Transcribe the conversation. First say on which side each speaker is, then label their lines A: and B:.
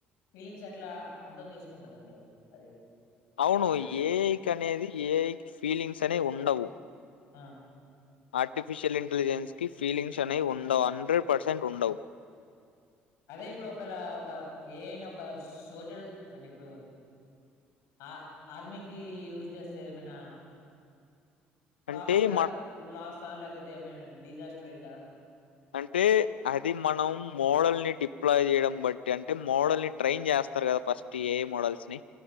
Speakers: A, on the left; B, on the left.
A: ఫీలింగ్స్ ఎట్లా అర్ధం చేసుకుంటదండి అది అది
B: అవును
A: మరి.
B: ఏఐ కనేది ఏ ఫీలింగ్స్ అనే ఉండవు
A: ఆ
B: ఆర్టిఫిషియల్ ఇంటెలిజెన్స్ కి ఫీలింగ్స్ అనేవి ఉండవు హండ్రెడ్ పర్సెంట్ ఉండవు
A: అదే ఇప్పుడు ఒకళ ఒక ఏ అనా ఒక సోచల్ అంటే ఇప్పుడు ఆ ఆర్మీకి యూజ్ చేస్తే ఏమైనా ప్రాఫిటా
B: అంటే మ
A: లాసా లేకపోతే ఏమైనా డిజాస్టర్ అయిందా
B: అంటే అది మనం మోడల్ని డిప్లాయ్ చేయడం బట్టి అంటే మోడల్ని ట్రైన్ చేస్తారు కదా ఫస్ట్ ఏఐ మోడల్స్ ని